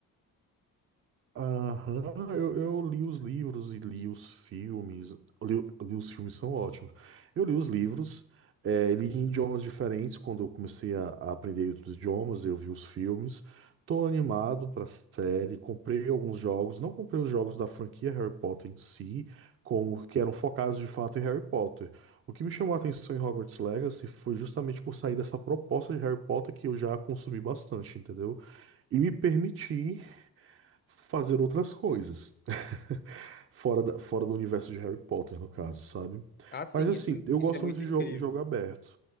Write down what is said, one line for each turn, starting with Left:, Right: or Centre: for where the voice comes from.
Right: Aham, eu, eu li os livros e li os filmes. Li, li os filmes são ótimos. Eu li os livros, é, li em idiomas diferentes. Quando eu comecei a, a aprender outros idiomas, eu vi os filmes. Tô animado pra série. Comprei alguns jogos. Não comprei os jogos da franquia Harry Potter em si, como que eram focados de fato em Harry Potter. O que me chamou a atenção em Hogwarts Legacy foi justamente por sair dessa proposta de Harry Potter que eu já consumi bastante, entendeu? e me permitir fazer outras coisas. <laughs> Fora da- fora do universo de Harry Potter, no caso, sabe?
Left: Ah, sim,
Right: Mas assim,
Left: isso,
Right: eu
Left: isso
Right: gosto
Left: é muito
Right: muito de
Left: incrível.
Right: jo- jogo aberto.